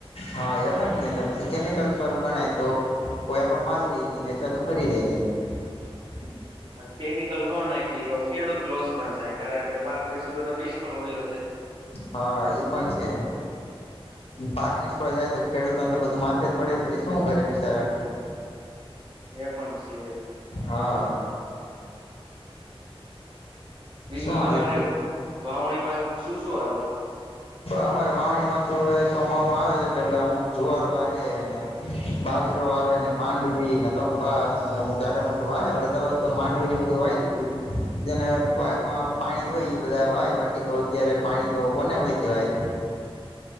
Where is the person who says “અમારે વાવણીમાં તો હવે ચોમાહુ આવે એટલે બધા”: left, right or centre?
Left